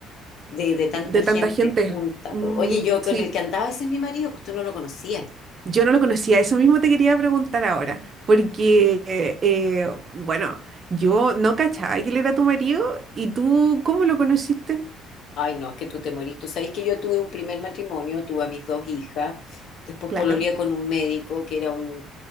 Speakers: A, on the left; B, on the right.
A: de, de tanta
B: de
A: gente
B: tanta gente.
A: junta.
B: Mm,
A: po. Oye, yo
B: sí,
A: con el que andaba, ese es mi marido, pues tú no lo conocías.
B: yo no lo conocía. Eso mismo te quería preguntar ahora, porque, eh, eh, bueno, yo no cachaba que él era tu marido y tú, ¿cómo lo conociste?
A: Ay, no, es que tú te morís. Tú sabes que yo tuve un primer matrimonio, tuve a mis dos hijas, después
B: Claro.
A: pololeé con un médico que era un